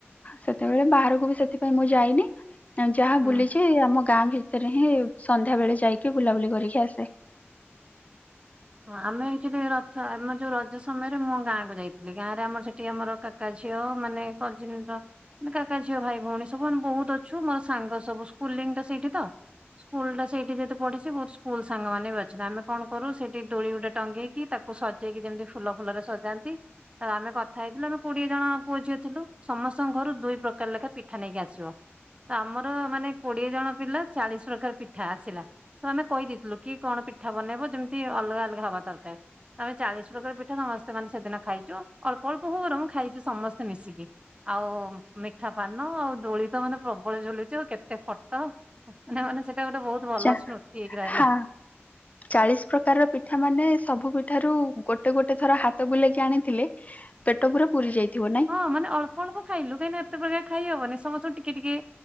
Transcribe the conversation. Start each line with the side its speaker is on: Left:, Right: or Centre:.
Left: ସେତେବେଳେ ବାହାରକୁ ବି ସେଥିପାଇଁ ମୁଁ ଯାଇନି ଆ ଯାହା ବୁଲିଛି
Right: ହୁଁ।
Left: ଆମ ଗାଁ ଭି ସେଥିରେ ହିଁ ସନ୍ଧ୍ୟା ବେଳେ ଯାଇକି ବୁଲାବୁଲି କରିକି ଆସେ।
Right: ହଁ ଆମେ ଆଚୁଲି ରଥ ଆମ ଯୋଉ ରଜ ସମୟରେ ମୁଁ ଗାଁକୁ ଯାଇଥିଲି ଗାଁରେ ଆମର ସେଠି ଆମର କା କା ଝିଅ ମାନେ <unintelligible> ମାନେ କାକା ଝିଅ ଭାଇ ଭଉଣୀ ସବୁ ଆମେ ବହୁତ ଅଛୁ ମୋର ସାଙ୍ଗ ସ ସବୁ ସ୍କୁଲିଂ ଟା ସେଇଠି ତ। ସ୍କୁଲ ଟା ସେଇଠି ଯେହେତୁ ପଢ଼ିଛି ବହୁତ ସ୍କୁଲ ସାଙ୍ଗ ମାନେ ବି ଅଛନ୍ତି ଆମେ କଣ କରୁ ସେଠି ଦୋଳି ଗୋଟେ ଟଙ୍ଗେଇକି ତାକୁ ସଜେଇକି ଯେମିତି ଫୁଲ ଫୁଲରେ ସଜାନ୍ତି ଆଉ ଆମେ କଥା ହେଇଥିଲୁ ଆମେ କୋଡ଼ିଏ ଜଣ ପୁଅ ଝିଅ ଥିଲୁ ସମସ୍ତଙ୍କ ଘରୁ ଦୁଇ ପ୍ରକାର ଲେଖା ପିଠା ନେଇକି ଆସିବ। ତ ଆମର ମାନେ କୋଡ଼ିଏ ଜଣ ପିଲା ଚାଳିଶ ପ୍ରକାର ପି ପିଠା ଆସିଲା ସେ ଆମେ କହିଦେଇଥିଲୁ କି କଣ ପିଠା ବନେଇବ ଯେମିତି ଅଲଗା ଅଲଗା ହବା ଦରକାର। ଆମେ ଚାଳିଶ ପ୍ରକାର ପିଠା ସମସ୍ତେ ମାନେ ସେଦିନ ଖାଇଛୁ ଅଳ୍ପ ଅଳ୍ପ ହଉ ବରଂ ମୁଁ ଖାଇଚୁ ସମସ୍ତେ ମିଶିକି। ଆଉ ମିଠା ପାନ ଆଉ ଦୋଳି ତ ମାନେ ପ୍ରବଳ ଝୁଲୁଛି ଆଉ କେତେ ଫଟ ମାନେ ମାନେ ସେଟା ଗୋଟେ ବହୁତ ଭଲ
Left: ଚା
Right: ସ୍ମୃତି ହେଇକି ରହିଲା।
Left: ହଁ ଚାଳିଶ ପ୍ରକାରର ପିଠା ମାନେ ସବୁ ପି ଠାରୁ ଗୋଟେ ଗୋଟେ ଥର ହାତ ବୁଲେଇକି ଆଣିଥିଲେ ପେଟ ପୁରା ପୁରି ଯାଇଥିବ ନାଇଁ?
Right: ହଁ ମାନେ ଅଳ୍ପ ଅଳ୍ପ ଖାଇଲୁ କାହିଁକିନା ଏତେ ପ୍ରକାର ଖାଇ ହବନି ସମସ୍ତଙ୍କୁ ଟିକେ ଟିକେ